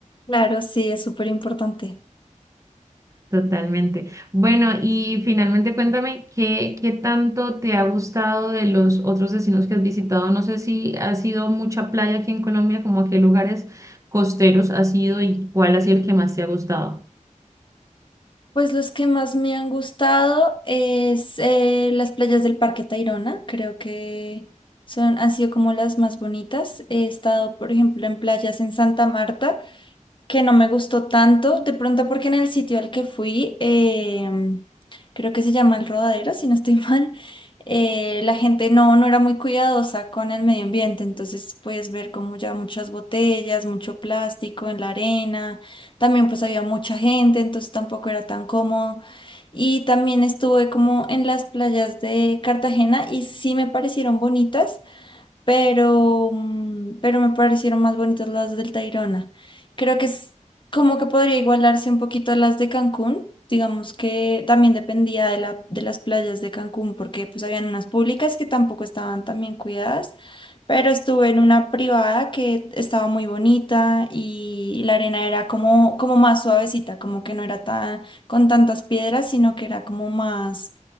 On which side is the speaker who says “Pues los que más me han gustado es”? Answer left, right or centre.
Left